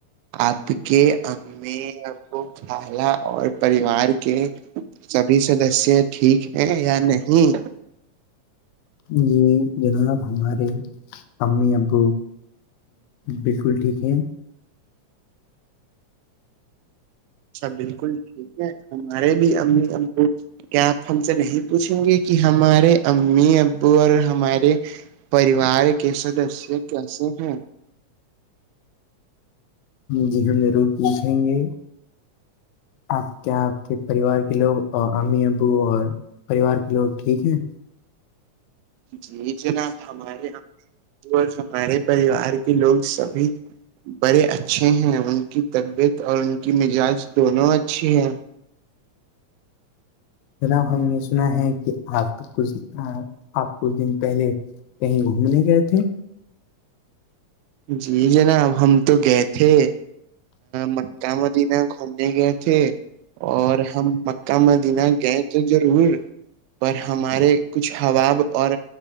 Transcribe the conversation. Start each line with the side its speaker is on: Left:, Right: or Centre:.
Right: آپ کے ا میں آ کو کال اور پریوار کے سبھی سدسیہ ٹھیک ہے یا نہیں
Left: جی جناب ہمارے امی ابو بالکل ٹھیک ہے
Right: اچھا بالکل ٹھیک ہے ہمارے بھی امی امبو کیا آپ ہم سے نہیں پوچھیں گے کہ ہمارے امی ابو اور ہمارے پریوار کے سدسیہ کیسے ہیں
Left: جی ہم ضرور پوچھیں گے آپ کیا آپ کے پریوار کے لوگ امی ابو اور پریوار کے لوگ ٹھیک ہیں
Right: جی جناب ہمارے اور ہمارے پریوار کے لوگ سبھی بڑے اچھے ہیں ان کی طبیعت اور ان کی مزاج دونوں اچھے ہیں
Left: جناب ہم نے سنا ہے کہ آپ کچھ آپ کچھ دن پہلے کہیں گھومنے گئے تھے
Right: جی جناب ہم تو گئے تھے مککہ مدینہ گھومنے گئے تھے اور ہم مکہ مدینہ گئے تو ضرور پر ہمارے کچھ حواب اور